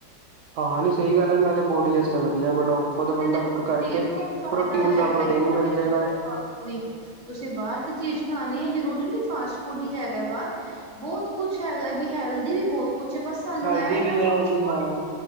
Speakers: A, on the right; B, in the centre.
A: ਹਾਂ ਨੀ ਸਹੀ ਗੱਲ ਆ ਬੋਡੀ ਵਸਤੇ ਅੱਛਾ ਵਧੀਆ ਬੜਾ ਖੁਦ ਬੰਦਾ
B: ਤੇ ਦੇਖੋ
A: ਕੁੱਕ
B: ਸਰੀਰ
A: ਕਰਕੇ
B: ਨੂੰ ਵੀ ਫਾਇਦਾ
A: ਪ੍ਰੋਟੀਨ
B: ਹੈਗਾ
A: ਦਾ ਪ੍ਰੋਟੀਨ
B: ਤੁਹਾਡੇ
A: ਹੀ ਮਿਲ
B: ਮੂੰਹ
A: ਜੇਗਾ।
B: ਦਾ ਸਵਾਦ ਵੀ ਤੁਸੀਂ ਬਾਹਰ ਦੀ ਚੀਜ਼ ਖਾਣੀ ਹੈ, ਜਰੂਰੀ ਨਹੀਂ ਫਾਸਟ ਫੂਡ ਹੀ ਹੈਗਾ ਬਾਹਰ, ਬਹੁਤ ਕੁਛ ਹੈਗਾ ਏ, ਵੀ ਹੈਲਦੀ ਵੀ ਬਹੁਤ ਕੁਛ ਬਸ ਸਾਨੂੰ
A: ਹੈਲਦੀ
B: ਇਹ ਐ
A: ਵੀ
B: ਨਾ
A: ਹੈ
B: ਫਾਸਟ
A: ਹਾਂਜੀ
B: ਫੂਡ,
A: ਹਾਂ